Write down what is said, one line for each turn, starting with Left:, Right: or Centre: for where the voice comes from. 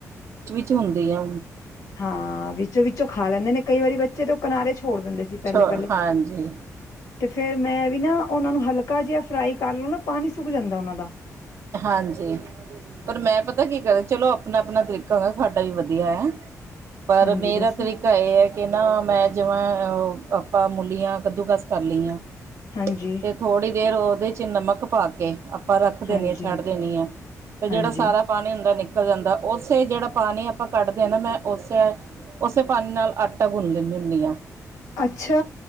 Right: 'ਚ ਹੁੰਦੀ ਐ।
Left: ਹਾਂ! ਵਿੱਚੋਂ-ਵਿੱਚੋਂ ਖਾ ਲੈਂਦੇ ਨੇ ਕਈ ਵਾਰੀ ਬੇ ਜਦੋਂ ਕਿਨਾਰੇ ਛੋੜ ਦਿੰਦੇ ਸੀ ਪਹਿਲੇ
Right: ਛ
Left: ਪਹਿਲੇ।
Right: ਹਾਂਜੀ
Left: ਤੇ ਫੇਰ ਮੈਂ ਵੀ ਨਾ ਉਹਨਾਂ ਨੂੰ ਹੈਲਪ ਮੱਕਾ ਜਿਹਾ ਫਰਾਈ ਕਰ ਲਉ ਨਾ ਪਾਣੀ ਸੁੱਕ ਜਾਂਦਾ ਉਹਨਾਂ ਦਾ
Right: ਹਾਂਜੀ! ਪਰ ਮੈਂ ਪਤਾ ਕੀ ਕਰਦਾ? ਚਲੋ ਆਪਣਾ-ਆਪਣਾ ਤਰੀਕਾ ਹੁੰਦਾ, ਸਾਡਾ ਵੀ ਵਧੀਆ ਹੈ। ਪਰ,
Left: ਹਾਂਜੀ
Right: ਮੇਰਾ
Left: ਦੱਸੋ
Right: ਤਰੀਕਾ ਇਹ ਹੈ ਕਿ ਨਾ, ਮੈਂ ਜਿਵੇ ਅ ਆਪਾਂ ਮੁੱਲੀਆਂ ਕੱਦੂਕਸ ਕਰ ਲਈਆਂ।
Left: ਹਾਂਜੀ
Right: ਤੇ ਥੋੜ੍ਹੀ ਦੇਰ ਉਹਦੇ ਚ ਚਿੰਨਾ ਮਕ ਪਾ ਕੇ ਆਪਾਂ ਰੱਖਦੇਦੇ
Left: ਹਾਂਜੀ
Right: ਹਾਂ। ਛੱਡ
Left: ਹਾਂਜੀ
Right: ਦੇਣੀ ਆ ਤੇ ਜਿਹੜਾ
Left: ਹਾਂਜੀ
Right: ਸਾਰਾ ਪਾਣੀ ਹੁੰਦਾ ਨਿਕਲ ਜਾਂਦਾ ਉਸੇ ਜਿਹੜਾ ਪਾਣੀ ਆਪਾਂ ਕੱਢਦੇ ਹਾਂ ਨਾ ਮੈਂ ਉਸੇ ਉਸੇ ਪਾਣੀ ਨਾਲ ਆਟਾ ਗੁੰਨ ਲੈਂਦੀ ਹੁੰਦੀ ਹਾਂ।
Left: ਅੱਛਾ